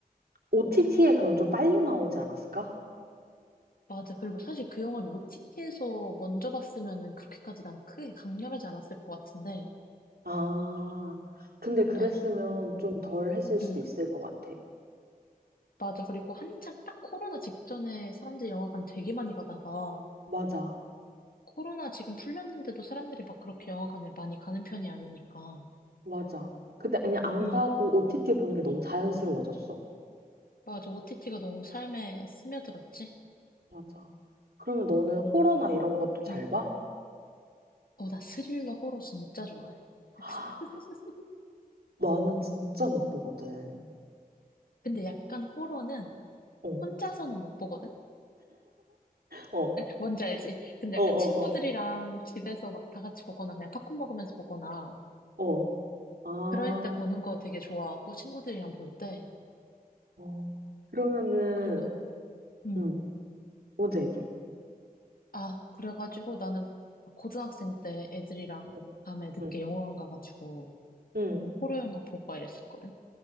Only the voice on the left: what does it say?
맞아. 그리고 사실 그 영화를 OTT에서 먼저 봤으면은 그렇게까지 난 크게 강렬하지 않았을 것 같은데.
맞아.
응,
맞아. 그리고 한창 딱 코로나 직전에 사람들이 영화관 되게 많이 가다가
코로나 지금 풀렸는데도 사람들이 막 그렇게 영화관을 많이 가는 편이 아니니까.
응.
맞아. OTT가 너무 삶에 스며들었지?
응.
어, 나 스릴러 호러 진짜 좋아해. <laughs>
근데 약간 호러는
혼자서는 못 보거든?
뭔지 알지? 근데
약간
친구들이랑 집에서 막 다 같이 보거나 그냥 팝콘 먹으면서 보거나
그럴 때 보는 거 되게 좋아하고 친구들이랑 볼 때.
그리고, 음,
아, 그래가지고 나는 고등학생 때 애들이랑
밤에 늦게
영화관 가가지고
호러 영화 보고 막 이랬었거든?